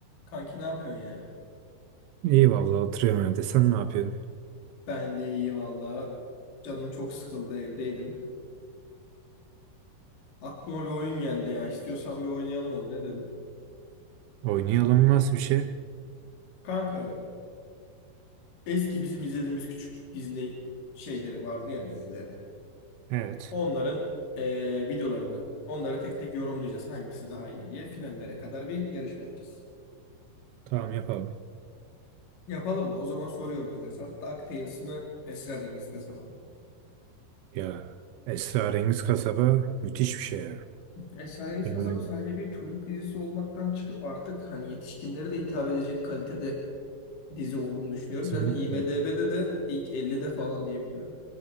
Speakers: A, on the left (about 50°); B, on the right (about 85°).
A: Kanki ne yapıyorsun ya?
B: İyi vallahi oturuyorum evde. Sen ne yapıyorsun?
A: Ben de iyi valla. Canım çok sıkıldı evdeydim. Aklıma bir oyun geldi ya. İstiyorsan bir oynayalım onu ne dedim.
B: Oynayalım nasıl bir şey?
A: Kanka eski bizim izlediğimiz küçüklük Disney şeyleri vardı ya dizileri.
B: Evet.
A: Onların eee, videolarını onları tek tek yorumlayacağız hangisi daha iyi diye finallere kadar bir yarışma yapacağız.
B: Tamam yapalım.
A: Yapalım mı? O zaman soruyorum hazırsan. DuckTales mı Esrarengiz Kasaba mı?
B: Ya Esrarengiz Kasaba müthiş bir şey ya.
A: Esrarengiz
B: Yani
A: Kasaba sadece bir çocuk dizisi olmaktan çıkıp artık hani yetişkinlere de hitap edecek kalitede dizi olduğunu düşünüyorum.
B: kesinlikle.
A: Zaten IMDb'de de ilk 50'de falan diye biliyorum.